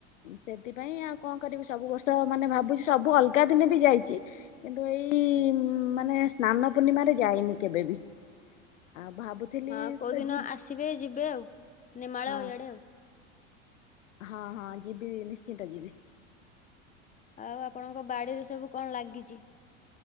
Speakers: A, on the left; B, on the left.
A: ସେଥିପାଇଁ ଆଉ କଣ କରିବି ସବୁ ବର୍ଷ ମାନେ ଭାବୁଛି ସବୁ ଅଲଗା ଦିନେ ବି ଯାଇଛି କିନ୍ତୁ ଏଇ ମାନେ ସ୍ନାନ ପୂର୍ଣ୍ଣିମାରେ ଯାଇନି କେବେ ବି? ଆଉ ଭାବୁଥିଲି
B: ହଁ କୋଉଦିନ
A: ତ ଯିବି
B: ଆସିବେ ଯିବେ ଆଉ ନେମାଳ
A: ହଁ
B: ଇଆଡେ ଆଉ
A: ହଁ ହଁ ଯିବି ନିଶ୍ଚିନ୍ତ ଯିବି।
B: ଆଉ ଆପଣଙ୍କ ବାଡିରେ ସବୁ କଣ ଲାଗିଚି?